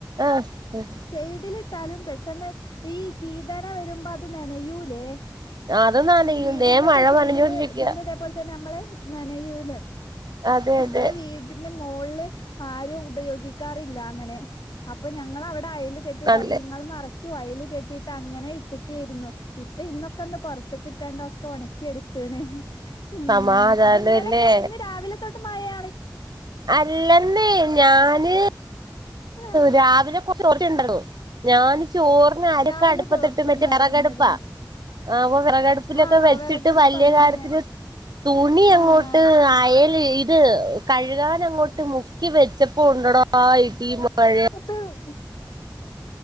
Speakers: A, on the right; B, on the left.
A: ആഹ്
B: സൈഡിലിട്ടാലും പെട്ടെന്ന് ഈ ചീതന വരുമ്പോ അത് നെനയൂലേ?
A: അത് നനയും
B: വീടിന്റെ
A: ദേ മഴ
B: ഒക്കെ സൈഡില്
A: നനഞ്ഞോണ്ടിരിക്ക
B: ഇതിന്റെതേപോലെ തന്നെ നമ്മള് നനയൂലേ?
A: അതെ
B: ഞങ്ങളെ
A: അതെ
B: വീട്ടില് മോളിൽ ആരും ഉപയോഗിക്കാറ ഇല്ല അങ്ങനെ അപ്പം ഞങ്ങള് അ അയൽ കെട്ടി
A: നല്ലേ
B: ഡൈനിഹാള് നെ ചുവയൽ കെട്ടിട്ട് അങ്ങനെ ഇട്ടെക്കയിരുന്നു. ഇപ്പ ഇന്നൊക്കെ ഒന്ന് പുറത്തക് ഇട്ടാണ്ട ഒക്കെ ഉണക്കി എടുത്തണ്. ഉം.
A: സമാധാനല്ലേ
B: അപ്പൊ ഇന്നാലൊക്കെ ഇന്ന് രാവിലെ തൊട്ട് മഴയ
A: അല്ലന്നേ ഞാന്
B: ആഹ്
A: രാവിലെ കുറച്ച് <unintelligible> ഞാൻ ചോറിന് അരിക്ക
B: രാവിലെ
A: അടുപ്പത്തിട്ടും
B: ചോർച്ചണ്ടായിരുന്നില്ലേ
A: മറ്റേ വിറകടുപ്പാ ആ അപ്പൊ വിറകടുപ്പിലൊക്കെ
B: ആണോ
A: വെച്ചിട്ട്
B: വിറകടുപ്പാണില്ലേ
A: വലിയ കാര്യത്തില് തുണി
B: ആഹ്
A: അങ്ങോട്ട് അയൽ ഇത് കഴുകാൻ അങ്ങോട്ട് മുക്കി വെച്ചപ്പോ ഉണ്ടടാ യിടിയും മ
B: <unintelligible> <unintelligible>